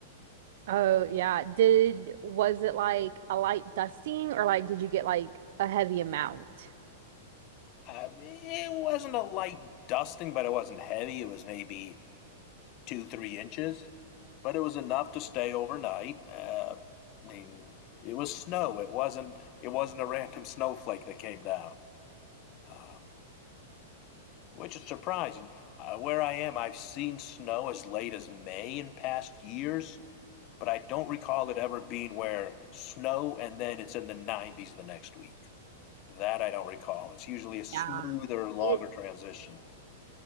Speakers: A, on the right; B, on the left.
A: Oh, yeah. Did was it like a light dusting or like did you get like a heavy amount?
B: I it wasn't a light dusting, but it wasn't heavy. It was maybe two, three inches, but it was enough to stay overnight. Uh, I mean, it was snow. It wasn't. It wasn't a random <laughs> snowflake that came down, um, which is surprising. Uh, where I am, I've seen snow as late as May in past years, but I don't recall it ever being where snow and then it's in the 90s the next week. That I don't recall. It's usually a smoother,
A: Yeah.
B: longer
A: It
B: transition.